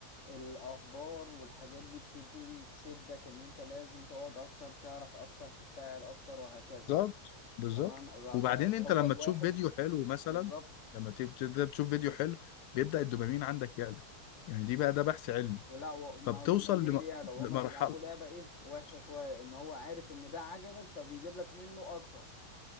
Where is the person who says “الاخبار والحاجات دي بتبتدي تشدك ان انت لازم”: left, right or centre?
Left